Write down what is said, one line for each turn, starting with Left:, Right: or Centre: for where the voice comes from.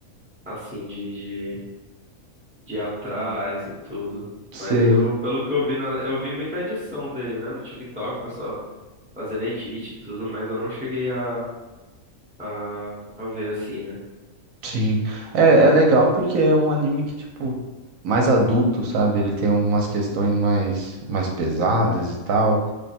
Centre: Assim, de, de, de ir atrás e tudo.
Right: Sei,
Centre: Mas eu, pelo que eu vi, na, eu vi muita edição dele, né? No TikTok, o pessoal fazendo edit e tudo, mas eu não cheguei a, a, a ver assim, né?
Right: sim. É, é legal porque é um anime que, tipo, mais adulto, sabe? Ele tem umas questões mais, mais pesadas e tal.